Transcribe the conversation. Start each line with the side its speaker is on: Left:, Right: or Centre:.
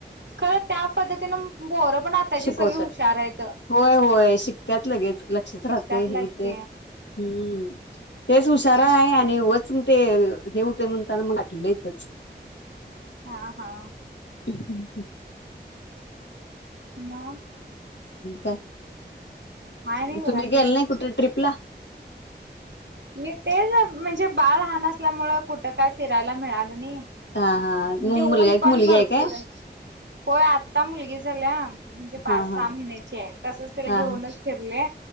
Right: खरं त्या पद्धतीनं बोरं पण आताची
Left: शिकवतात.
Right: सगळी हुशार आहेतेत
Left: होय होय शिक्क्यात लगेच लक्षात
Right: शिकतात
Left: राहतय
Right: लागे
Left: हेवतंय हम्म तेच हुशारा
Right: ते
Left: आहे आणि वच ग ते हे होते म्हणताना मग घटलंच
Right: ह हा
Left: एक
Right: मग
Left: काय
Right: काय नाही बघा
Left: तुम्ही गेल
Right: तेच
Left: नाही कुठे ट्र्रीप ला
Right: मी तेच म्हणजे बाळ हान असल्यामु कुठं काय फिरायला मिळालं नाही
Left: हा हा मग
Right: म्हणजे ऊन
Left: मुलगा एक
Right: पण
Left: मुलगी
Right: भरपूर
Left: काय?
Right: आहे होय आता मुलगी झाल्या म्हणजे पाच
Left: हा हा
Right: सहा महिन्याची आहे तसच तिला
Left: हा
Right: घेऊनच फिरले